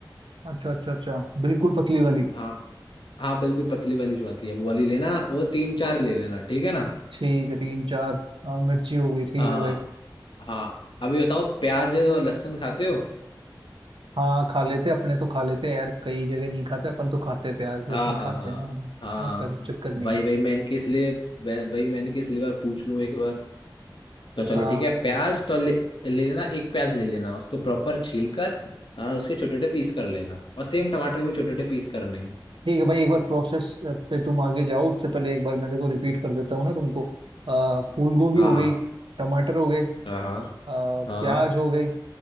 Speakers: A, on the right; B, on the left.
A: अच्छा अच्छा अच्छा बिल्कुल पतली वाली
B: हाँ हाँ बिल्कुल पतली वाली जो आती है वो वाली लेना वो तीन चार ले लेना ठीक है ना
A: ठीक है तीन चार हाँ, मिर्ची हो गई ठीक
B: हाँ
A: है भाई
B: हाँ अभी बताओ प्याज और लहसुन खाते हो
A: हाँ खा लेते अपने तो खा लेते यार कई जगह नहीं खाते अपन तो खाते प्याज लहसुन
B: हाँ हाँ
A: खाते
B: हाँ
A: हैं हाँ,
B: हाँ
A: ऐसा कुछ चक्कर नहीं
B: वही
A: है
B: वही मैंने कि इसलिए वह- वही मैंने कि इसलिए बार पूछ लूँ एक बार तो चलो
A: हाँ
B: ठीक है प्याज तो ले ले लेना एक प्याज ले लेना उसको प्रॉपर छील कर आ, उसके छोटे छोटे पीस कर लेना और सेम टमाटर के भी छोटे छोटे पीस करने हैं
A: ठीक है भाई एक बार प्रोसेस पे तुम आगे जाओ उससे पहले एक बार मैं देखो रिपीट कर देता हूँ ना तुमको आ, फूल गोभी
B: हाँ
A: हो
B: हाँ
A: गई टमाटर हो गए अ,
B: हाँ
A: प्याज
B: हाँ
A: हो गए